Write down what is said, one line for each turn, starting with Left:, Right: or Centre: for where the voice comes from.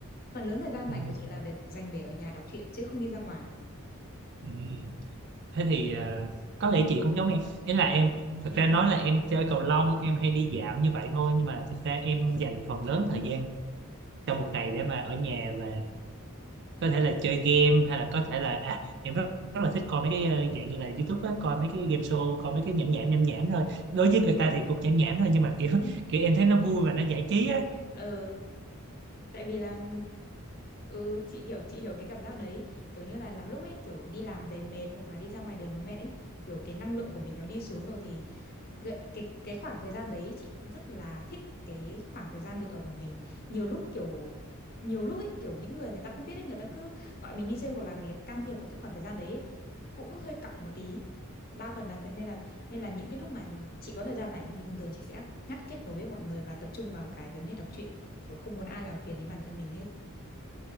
Left: phần lớn thời gian
Right: ừ,
Left: rảnh của chị là để dành để ở nhà đọc truyện chứ không đi ra ngoài
Right: ừ. thế thì ờ, có lẽ chị cũng giống em ý là em thực
Left: thế
Right: ra nói là em chơi cầu lông em hay đi dạo như vậy thôi nhưng mà thực ra em dành phần lớn thời gian trong một ngày để mà ở nhà và có thể là chơi game hay là có thể là à em rất rất là thích coi mấy cái ờ, dạng như là YouTube á, coi mấy cái game show, coi mấy cái nhảm nhảm nhảm nhảm thôi. Đối với người ta thì cũng nhảm nhảm thôi nhưng mà kiểu
Left: à
Right: kiểu em thấy nó vui và nó giải trí á.
Left: ờ tại vì là ừ chị hiểu chị hiểu cái cảm giác đấy kiểu như là lắm lúc ấy kiểu đi làm về mệt hoặc là đi ra ngoài đường nó mệt ấy kiểu cái năng lượng của mình nó đi xuống rồi thì gợi- cái cái khoảng thời gian đấy chị rất là thích cái khoảng thời gian được ở một mình nhiều lúc kiểu nhiều lúc ấy kiểu những người người ta không biết ấy người ta cứ gọi mình đi chơi hoặc là người ta can thiệp vào cái khoảng thời gian đấy cũng hơi cọc một tí đa phần là thế, nên là nên là những cái lúc mà chị có thời gian rảnh thì thường thường chị sẽ ngắt kết nối với mọi người và tập trung vào cái vấn đề đọc truyện kiểu không muốn ai làm phiền đến bản thân mình hết